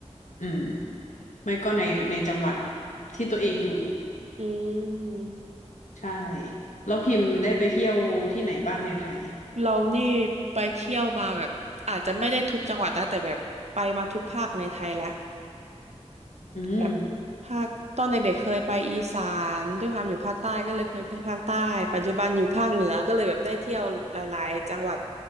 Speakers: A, on the left; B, on the right.
A: อืมไม่ก็ในในจังหวัดที่ตัวเองอยู่
B: อืม
A: ใช่แล้วพิมพ์ได้ไปเที่ยวที่ไหนบ้างในไทย
B: เรานี่ไปเที่ยวมาแบบอาจจะไม่ได้ทุกจังหวัดนะแต่แบบไปมาทุกภาคในไทยแล้ว
A: อืม
B: แบบภาคตอนเด็กๆเคยไปอีสานด้วยความอยู่ภาคใต้ก็เลยเคยเที่ยวภาคใต้ปัจจุบันอยู่ภาคเหนือก็เลยแบบได้เที่ยวหลายๆจังหวัด